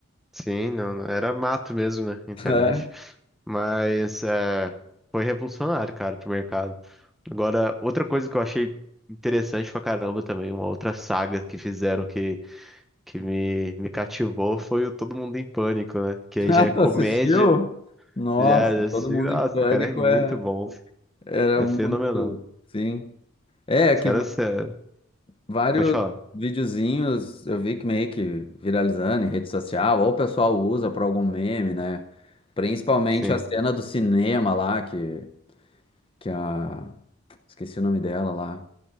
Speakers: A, in the centre; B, on the left (about 25°).
A: Sim, não, não- era mato mesmo, né? Internet.
B: <laughs>
A: Mas é, foi revolucionário, cara, pro mercado. Agora, outra coisa que eu achei interessante pra caramba também, uma outra saga que fizeram que, que me, me cativou foi o Todo Mundo em Pânico, né? Que
B: <laughs>
A: aí
B: Ah,
A: já é comédia,
B: tu assistiu? Nossa,
A: já, já assim,
B: todo mundo
A: nossa,
B: em pânico
A: cara, é muito
B: é,
A: bom.
B: era
A: É
B: muito,
A: fenomenal.
B: sim. É, é
A: Os
B: que
A: caras,
B: v-
A: é,
B: vários
A: pode falar.
B: videozinhos eu vi que meio que viralizando em rede social, ou o pessoal usa para algum meme, né? Principalmente
A: Sim.
B: a cena do cinema lá, que, que a. Esqueci o nome dela lá.